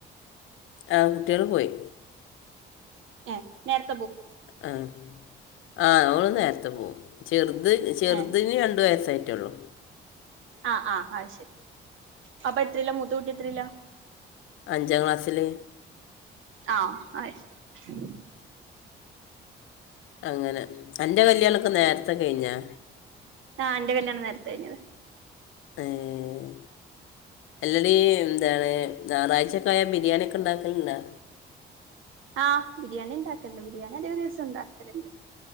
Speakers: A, on the left (about 85°); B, on the right (about 80°).
A: ആഹ് കുട്ടീളും പോയ്
B: ഏ നേര്
A: ആഹ് ആഹ് ഓള് നേരത്തെ പോവും ചെറുത് ചെറ്തിന്
B: ഏ
A: രണ്ട് വയസ്സ സൈറ്റൊള്ളു
B: ആഹ് ആഹ് അയ് ശരി അപ്പൊ എത്രീല മൂത്ത കൂട്ടി എത്രീല
A: അഞ്ചാം ക്ലാസ്സില്
B: ആഹ് അയ് ശരി
A: അങ്ങനെ അന്റെ കല്യാണൊക്കെ നേര്ത്തെ കഴിഞ്ഞൊ
B: ആഹ് ഇന്റെ കല്യാണം നേര്ത്തെ കഴിഞ്ഞത്
A: ഏഹ് എല്ലെടീ എന്താണ് ഞായറാഴ്ചൊക്കായ ബിരിയാണിക്കെ ഇണ്ടാക്കല്ണ്ടാ
B: ആഹ് ബിരിയാണി ഇണ്ടാക്കല്ണ്ട് ബിരിയാണി അതിക ദിവസം ഇണ്ടാക്കല്ണ്ട്